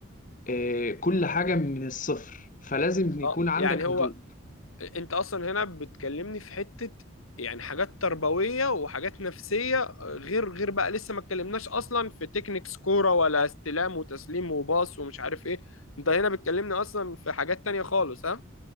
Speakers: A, on the left; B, on the left.
A: آه، كل حاجه من الصفر فلازم يكون
B: اه
A: عندك
B: يعني هو
A: هدوء
B: انت اصلا هنا بتكلمني في حتة يعني حاجات تربوية وحاجات نفسية غير غير بقى لسه ما اتكلمناش اصلا في تكنيكس كورة ولا استلام وتسليم وباص ومش عارف ايه انت هنا بتكلمني اصلا في حاجات تانية خالص ها